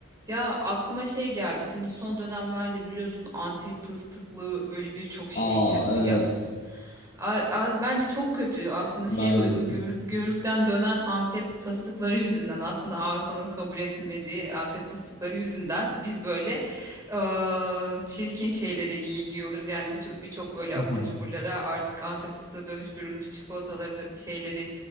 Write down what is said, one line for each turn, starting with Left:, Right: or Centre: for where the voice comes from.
Right: Ya aklıma şey geldi. Şimdi son dönemlerde biliyorsun Antep fıstıklı böyle birçok şey
Left: Aa
Right: çıktı
Left: evet.
Right: ya. A- a- Bence çok kötü. Aslında
Left: Bence
Right: şey duydum.
Left: de.
Right: Gümrük gümrükten dönen Antep fıstıkları yüzünden aslında Avrupa'nın kabul etmediği Antep fıstıkları yüzünden biz böyle eee, çirkin şeyleri yi- yiyoruz. Yani birço- birçok böyle
Left: <laughs>
Right: abur cuburlara artık Antep fıstığı dönüştürülmüş çikolataları da- şeyleri